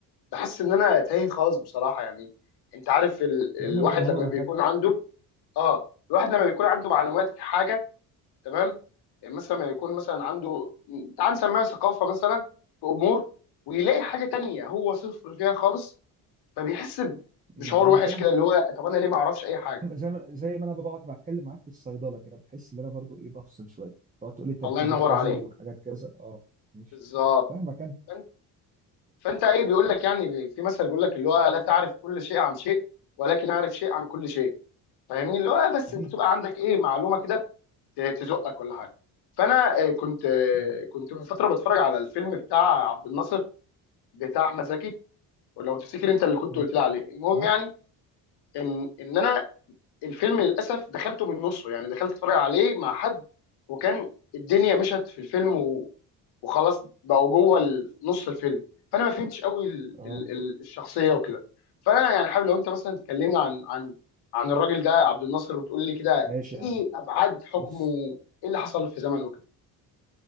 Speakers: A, on the left (about 75°); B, on the right (about 20°).
A: بحس إن أنا تايه خالص بصراحة يعني أنت عارف ال...
B: يا
A: الواحد
B: عم ولا توهان
A: لما
B: ولا
A: بيكون
B: حاجه
A: عنده آه الواحد لما بيكون عنده معلومات في حاجة تمام يعني مثلا لما يكون مثلا عنده تعال نسميها ثقافة مثلا في أمور ويلاقي حاجة تانية هو صفر فيها خالص فبيحس بشعور
B: أمم،
A: وحش
B: انا فاهم
A: كده اللي هو طب انا ليه ما اعرفش اي حاجه
B: زي ما زي ما انا بقعد بتكلم معاك في الصيدله كده بحس ان انا برضو ايه بفصل شويه تقعد تقول لي تركيبه
A: الله ينور
B: كذا
A: عليك
B: والحاجات كذا اه ماشي
A: بالظبط
B: فاهمك انا
A: فانت فانت ايه بيقول لك يعني في مثل بيقول لك اللي هو لا تعرف كل شيء عن شيء ولكن اعرف شيء عن كل شيء فاهمني اللي هو بس
B: صحيح
A: انت تبقى عندك ايه معلومه كده ت- تزقك ولا حاجه فانا آه، كنت آه،
B: أمم،
A: كنت من فتره بتفرج على الفيلم بتاع عبد الناصر بتاع احمد زكي ولو تفتكر انت اللي كنت
B: اه
A: قلت لي عليه المهم
B: عارف
A: يعني ان ان انا الفيلم للاسف دخلته من نصه يعني دخلت اتفرج عليه مع حد وكان الدنيا مشت في الفيلم و- وخلاص بقوا جوه ال- نص الفيلم فانا ما فهمتش قوي ال-
B: اه
A: ال- ال- الشخصيه وكده فانا يعني حابب لو انت مثلا تكلمنا عن عن عن الراجل ده عبد الناصر وتقول لي كده
B: ماشي
A: ايه
B: يا عم
A: ابعاد حكمه
B: بص
A: ايه اللي حصل في زمنه وكده